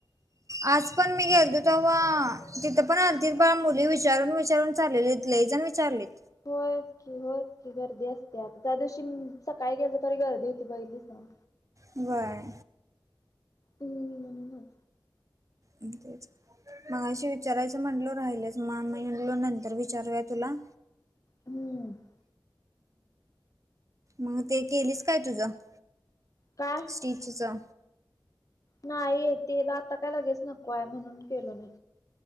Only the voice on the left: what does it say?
होय. की होय, कि गर्दी असते, आता त्या दिवशी मी सकाळी गेलं तरी गर्दी होती, बघलीस ना?
<unintelligible> हं.
हम्म <inaudible>
काय?
नाही तेला आता काय लगेच नकोय हाय म्हणून केलो नाय.